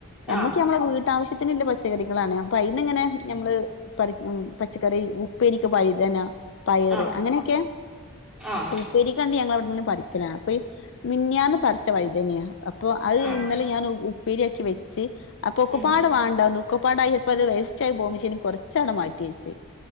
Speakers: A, on the left; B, in the centre.
A: ഞമ്മക്ക്
B: ആഹ്
A: ഞമ്മടെ വീട് ഇപ്പാവശ്യത്തിനുള്ള പച്ചക്കറികളാണ് അപ്പൊ അയിന്നിങ്ങനെ നമ്മള് പറിക്കും പച്ചക്കറി ഉപ്പേരിക്ക് വയുതന പയറ്
B: ആഹ്
A: അങ്ങനെയൊക്കെയാ?
B: ആഹ്
A: പൂപ്പേരിക്കണ്ട് ഞങ്ങളെ അവിടുന്ന് പിന്നെ പടിക്കലാ. അപ്പയ് മിനിഞ്ഞാന്ന് പറിച്ച വഴുതനയാ. അപ്പൊ അത്
B: ആഹ്
A: ഇന്നലെ ഞാൻ ഉപ്പേരി ക്കി വെച്ച് അപ്പൊ ഒക്കെപ്പാടെ
B: ഉം
A: വാണ്ടതു ഒക്കപ്പാണ്ടായി ഇപ്പോ അത് വേസ്റ്റ് ആയി പോവും. പക്ഷേനി കൊ റച്ചങ്ങട്ട് മാറ്റിവെച്ച്